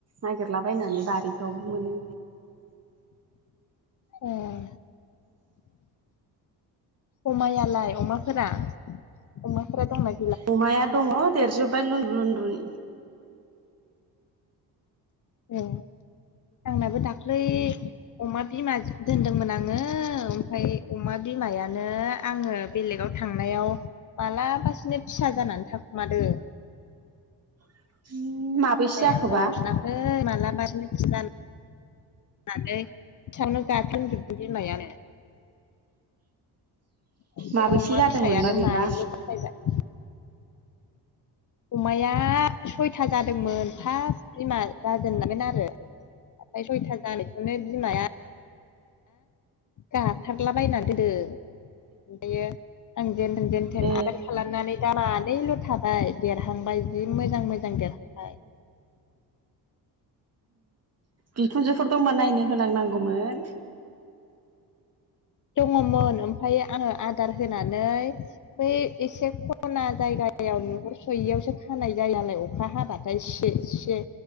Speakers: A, on the right; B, on the left.
A: नागिरलाबायनानै बारिफ्रावबो मोनो
B: ओह अमायालाय अमाफोरा अमाफोरा दंनाय
A: अमाया दङ देरजोब्बाय लुन्द्रुन लुन्द्रुन
B: औ आंनाबो दाख्लै अमा बिमा दोनदोंमोन आङो ओमफ्राय अमा बिमायानो आङो बेलेगाव थांनायाव मालाबासिनो फिसा जानानै थाखुमादों।
A: <unintelligible>
B: ओमफ्राय
A: जाखोबा
B: आंहा नुवाखै मालाबानो <unintelligible> <unintelligible> जोबदों बिमायानो ओम
A: माबैसे
B: अमा
A: जादोंमोनबा
B: फिसायानो
A: बेबा
B: मानैबो <unintelligible> अमाया सयथा जादोंमोन फार्स्ट बिमा जाजेनायमोन आरो ओमफ्राय सयथा जानायखौनो बिमाया गाथारला बायना दोनदों ओमफ्रायो आं जेनथेन जेनथेन
A: ए
B: आबार खालामनानै दा मा नैल' थाबाय देरहांबाय जि मोजां मोजां देरहांबाय।
A: बिखुनजोफोर दंबा नायनो होलांनांगौमोन
B: दङमोन ओमफ्राय आङो आदार होनानै बै एसे खना जायगायाव नुहुर सयैयावसो खानाय जायोलाय अखा हाबाथाय सि-सि